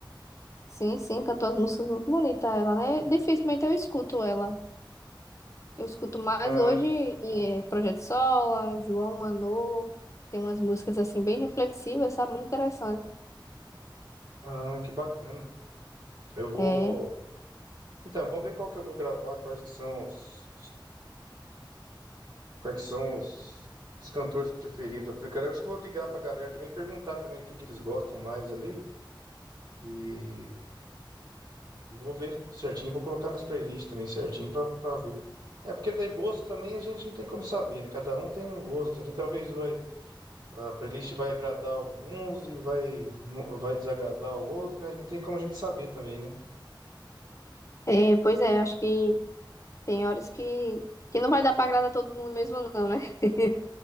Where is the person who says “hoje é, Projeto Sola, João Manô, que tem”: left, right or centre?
Left